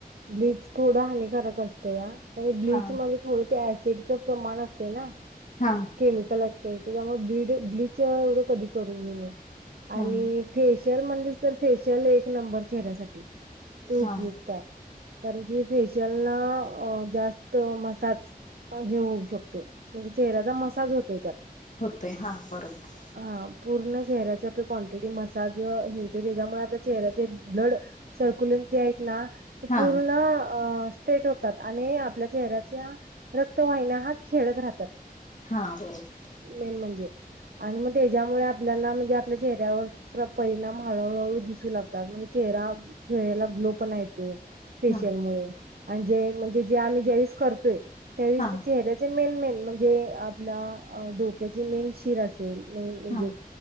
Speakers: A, on the right; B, on the left.
A: ब्लीच थोड हानिकारक असत तया ब्लीच
B: हा
A: मध्ये थोड ते ऍसिडच प्रमाण असतय ना.
B: हां
A: केमिकल असतय त्याच्यामुळ, ब्लीड ब्लीच एवढं कधी करन घेऊ नये.
B: हा
A: आणि फेशियल म्हणलीस तर फेशियल एक नंबर चेहऱ्यासाठी, ते उपयुक
B: हा.
A: क्ताय, कारण की फेशियल ना जास्त मसाज हे होऊ शकतोय, म्हणजे चेहऱ्याचा मसाज होतोय त्यात.
B: होतोय, हा बरोबर.
A: हा पूर्ण चेहऱ्याच आप क्वांटिटी मसाज अ हे होतय, त्याच्यामुळ आपल्या चेहऱ्याचे ब्लड सरक्यूलिंग जे आहेत ना ते
B: हा
A: पूर्ण अ स्टेट होतात आणि आपल्या चेहऱ्याच्या रक्तवाहिन्या हा खेळत राहत्यात
B: हा बरोबर
A: मेन म्हणजे, आणि मग त्याच्यामुळ आपल्याला म्हणजे आप आपल्या चेहऱ्यावरच परिणाम हळूहळू हळू दिसू लागतात म्हणजे चेहरा चेहऱ्याला ग्लोपणा येतोय फेशियल
B: हा
A: मुळे आणि जे म्हणजे जे आम्ही ज्यावेळेस करतोय त्यावेळेस
B: हा
A: त्या चेहऱ्याचे जे मेन मेन म्हणजे, आपल्या अ डोक्याची मेन शिर असेल म्हणजे
B: हा